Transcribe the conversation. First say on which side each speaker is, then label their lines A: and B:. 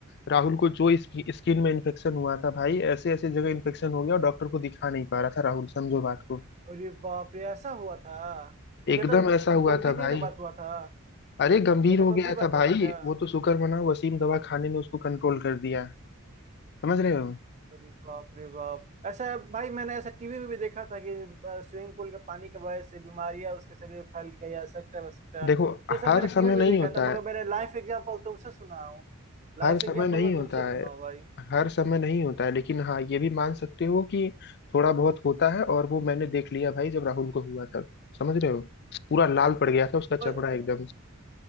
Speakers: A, on the left; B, on the right.
A: राहुल को जो स्किन में इन्फेक्शन हुआ था भाई ऐसे ऐसे जगह इन्फेक्शन हो गया और डॉक्टर को दिखा नहीं पा रहा था राहुल समझो बात को
B: और ये बाप रे ऐसा हुआ था तो ज्यादा
A: एकदम
B: गंभीर
A: ऐसा हुआ था
B: नहीं
A: भाई
B: ना बात हुआ था
A: अरे गंभीर
B: ज्यादा
A: हो
B: गंभीर
A: गया
B: बात
A: था
B: हुआ
A: भाई
B: था क्या
A: वो तो शुक्र मना वसीम दवा खाने ने उसको कंट्रोल कर दिया समझ रहे हो
B: अरे बाप रे बाप ऐसा भाई मैंने ऐसा टीवी में भी देखा था कि स्विमिंग पूल के पानी के वजह से बीमारियां उसके शरीर में फैल गई एक्सेट्रा एक्सेट्रा
A: देखो
B: ये सब
A: हर
B: मैंने टीवी
A: समय
B: में
A: नहीं
B: देखा
A: होता
B: था मगर
A: है
B: मैंने लाइफ एग्जांपल तुमसे सुना हूँ लाइफ
A: हर समय
B: एग्जांपल
A: नहीं
B: मैं
A: होता
B: तुमसे सुना
A: है
B: हूँ भाई
A: हर समय नहीं होता है लेकिन हाँ ये भी मान सकते हो कि थोड़ा बहुत होता है और वो मैंने देख लिया भाई जब राहुल को हुआ था समझ रहे हो पूरा लाल पड़ गया था उसका चमड़ा
B: ब-
A: एकदम